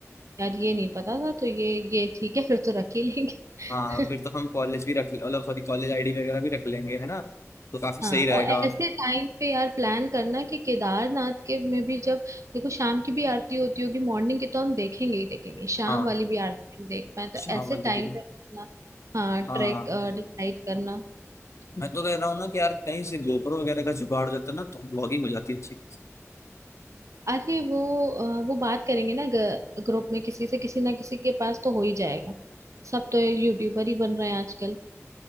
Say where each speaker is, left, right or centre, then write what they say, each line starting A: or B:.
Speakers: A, on the right; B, on the left.
A: यार ये नहीं पता था तो ये ये ठीक है फिर तो रख ही लेंगे
B: हाँ फिर
A: <laughs>
B: तो हम कॉलेज भी रख मतलब सॉरी कॉलेज आईडी वगैरह भी रख लेंगे है ना तो काफी सही
A: हाँ
B: रहेगा
A: और ऐसे टाइम पे यार प्लान करना कि केदारनाथ के में भी जब देखो शाम की भी आरती होती होगी मॉर्निंग की तो हम देखेंगे ही देखेंगे शाम
B: हाँ
A: वाली भी आरती हम देख पाए तो
B: शाम
A: ऐसे
B: वाली
A: टाइम
B: भी
A: पे अपना हाँ ट्रैक
B: हाँ
A: डिसाइड करना
B: मैं तो कह रहा हूँ ना कि यार कहीं से गोप्रो वगैरह का जुगाड़ हो जाता है ना तो ब्लॉगिंग हो जाती है अच्छी
A: अरे वो अ, वो बात करेंगे ना ग्रुप में किसी से किसी ना किसी के पास तो हो ही जाएगा सब तो यूट्यूबर ही बन रहे हैं आजकल